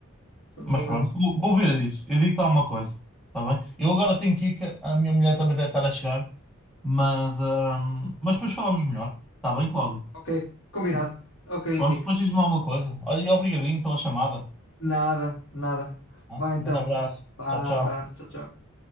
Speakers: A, on the left (about 65°); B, in the centre.
A: Se não
B: Mas
A: for mais.
B: pronto, vou, vou ver isso, eu digo-te alguma coisa, está bem? Eu agora tenho que ir, que a minha mulher também deve estar a chegar, mas, ahm, mas depois falamos melhor, está bem, Cláudio?
A: Ok, combinado. Ok, Henrique.
B: Pronto, depois diz-me alguma coisa. Olha, e obrigadinho pela chamada.
A: Nada, nada.
B: tá?
A: vai então.
B: Um grande abraço.
A: Vá,
B: Tchau, tchau.
A: abraço, tchau, tchau.